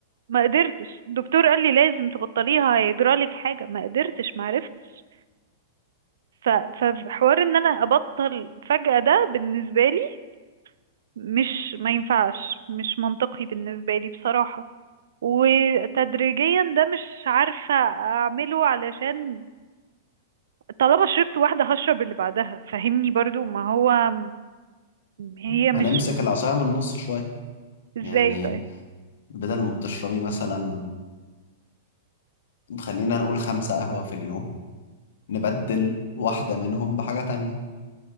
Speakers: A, on the right; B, on the left.
A: ما قدرتش الدكتور قال لي لازم تبطليها هيجرالك حاجة ما قدرتش ما عرفتش ف... فحوار ان انا ابطل فجأة ده بالنسبة لي مش ما ينفعش مش منطقي بالنسبة لي بصراحة وتدريجيا ده مش عارفة اعمله علشان طالما شربت واحدة هشرب اللي بعدها فهمني برضو ما هو هي
B: ما
A: مش
B: نمسك العصاية من النص شوية
A: ازاي
B: يعني
A: طيب
B: بدل ما بتشربي مثلا خلينا نقول خمسة قهوة في اليوم نبدل واحدة منهم بحاجة تانية